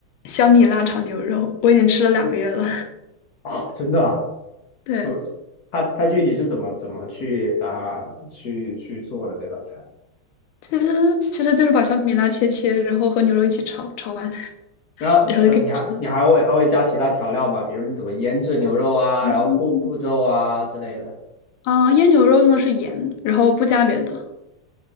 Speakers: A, on the left; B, on the left.
A: 小米辣炒牛肉，我已经吃了两个月了。
B: <laughs> 哦，真的啊？
A: 对。
B: 怎么？他他具体是怎么怎么去啊去去做的这道菜？
A: 其实其实就是把小米辣切切，然后和牛肉一起炒，炒完 <laughs>
B: 然后不是你还你还会还会加其他调料吗？
A: 然后就可以吃的。
B: 比如你怎么腌制牛肉啊，
A: 嗯，
B: 然后过步骤啊之类的
A: 啊腌牛肉用的是盐，然后不加别的。